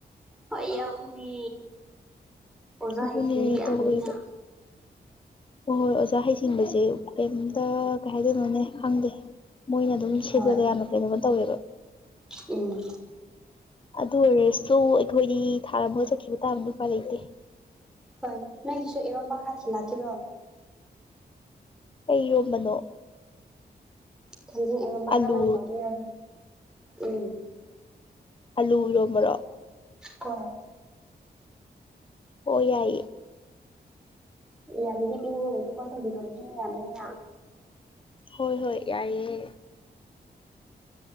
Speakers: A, in the centre; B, on the left (about 30°).
A: ꯍꯣꯏ ꯌꯥꯎꯕꯅꯦ ꯑꯣꯖꯥ
B: ꯑꯗꯨꯅꯦ
A: ꯍꯩ ꯁꯤꯡꯕꯤ ꯌꯥꯝꯕꯅꯤꯅ
B: ꯇꯧꯋꯦꯕ ꯍꯣꯏ ꯍꯣꯏ ꯑꯣꯖꯥ ꯍꯩꯁꯤꯡꯕꯁꯦ ꯀꯩꯝꯇ ꯀꯩ ꯍꯥꯏꯗꯣꯏꯅꯣꯅꯦ ꯈꯪꯗꯦ ꯃꯣꯏꯅ ꯑꯗꯨꯝ ꯁꯤꯜꯂꯒ
A: ꯍꯣꯏ
B: ꯌꯥꯝꯅ ꯀꯩꯅꯣꯝꯃ ꯇꯧꯋꯦꯕ
A: ꯎꯝ
B: ꯑꯗꯨ ꯑꯣꯏꯔꯁꯨ ꯑꯩꯈꯣꯏꯗꯤ ꯊꯥꯔꯝꯃꯒ ꯆꯥꯠꯈꯤꯕ ꯇꯥꯕꯅꯤ ꯎꯄꯥꯏ ꯂꯩꯇꯦ
A: ꯍꯣꯏ ꯅꯣꯏꯒꯤꯁꯨ ꯏꯔꯣꯝꯕ ꯈꯔꯥ ꯊꯤꯜꯂꯛꯀꯤꯔꯣ
B: ꯀꯩ ꯏꯔꯣꯝꯕꯅꯣ
A: ꯊꯪꯖꯤꯡ ꯏꯔꯣꯝꯕ
B: ꯑꯂꯨ
A: ꯀꯔꯝꯃꯥꯏꯅ ꯇꯧꯒꯦꯔ ꯎꯝ
B: ꯑꯂꯨ ꯏꯔꯣꯝꯕꯔꯣ
A: ꯀꯣꯏ
B: ꯑꯣ ꯌꯥꯏꯌꯦ
A: ꯌꯥꯝꯗꯤ ꯄꯤꯅꯤꯡꯉꯥꯏ ꯂꯩꯇꯦꯀꯣ ꯑꯩꯈꯣꯏꯒꯤ ꯏꯔꯣꯝꯕꯁꯦ ꯃꯤꯌꯥꯝꯕꯅꯤꯅ
B: ꯍꯣꯏ ꯍꯣꯏ ꯌꯥꯏꯌꯦ